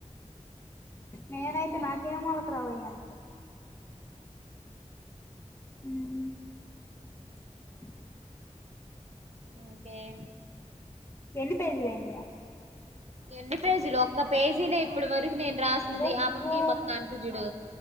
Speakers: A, on the left; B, on the right.
A: నేనైతే నాకే మూలకు రావయి అంటడు అ
B: ఇంకేం
A: ఎన్ని పేజీలయినయి
B: ఎన్ని పేజీలు ఒక్క పేజీ నే ఇప్పటి వరకు నేను రాసింది
A: ఓ
B: ఆ పక్క ఈ పక్కా అంటుజుడు